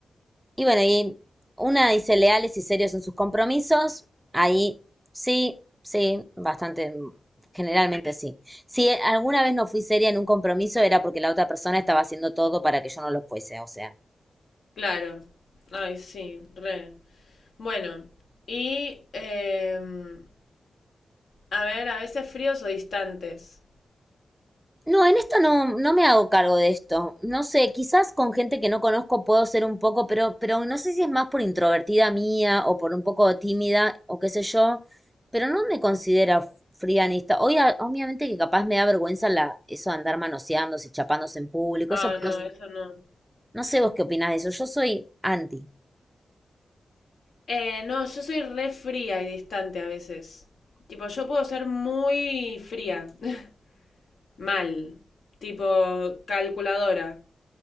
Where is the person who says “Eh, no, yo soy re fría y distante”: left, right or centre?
Left